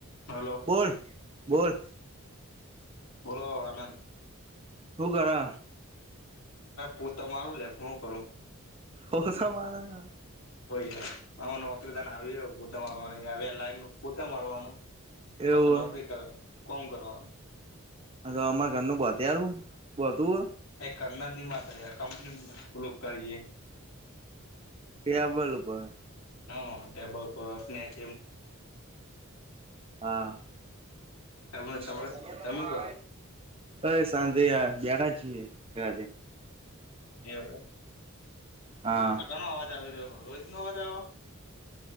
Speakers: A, on the left; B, on the right.
A: Hello
B: બોલ બોલ
A: બોલો આનંદ
B: શું કરે?
A: કો તમારું લેપનું કરું
B: હોસા માાર હ
A: યાર આ નોકરી તને આવી પોતે મારવાની લાઈન પોતે મારવાનું
B: એવું
A: કસ નોકરી કર કોમ કરવા આમ.
B: હ તો અમારા ઘરનું બત્યયારું બતું હો.
A: એ કરનાર ની માત યાર કંપની પલ કરી.
B: કે આપબલું પણ
A: હા ટેબલ પરનેચ
B: હા.
A: તમે તમે
B: મા
A: તમે કરો
B: અ એ સાંધે આ બે્યાડા છે કરે
A: એ આટનો
B: હા
A: અવાજ આવી રહ્યો રોહિત નો અવાજ આવ